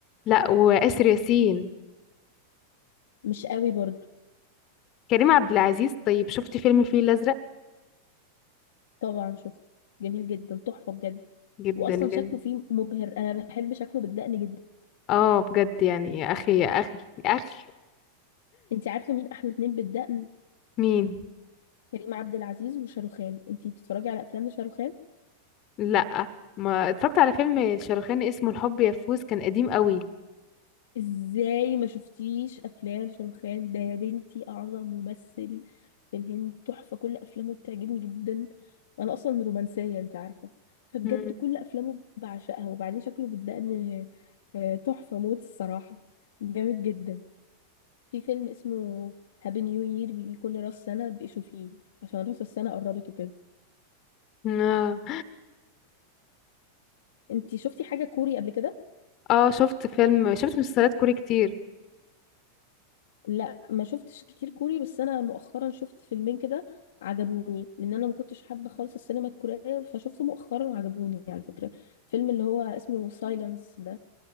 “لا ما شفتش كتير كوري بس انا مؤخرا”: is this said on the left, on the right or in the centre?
Left